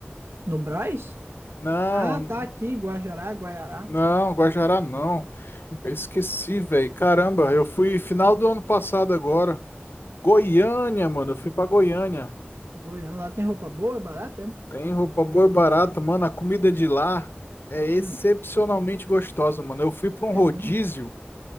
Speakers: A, on the right; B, on the left.
A: No Brás?
B: Não,
A: Ah, tá aqui, Guajará, Guaiará.
B: não, Guajará não. Eu esqueci, velho. Caramba, eu fui final do ano passado agora. Goiânia, mano, eu fui pra Goiânia.
A: Goiânia, lá tem roupa boa, barata, é?
B: Tem roupa boa e barata, mano. A comida de lá é excepcionalmente
A: Hum,
B: gostosa, mano. Eu fui para um
A: é
B: rodízio
A: mesmo.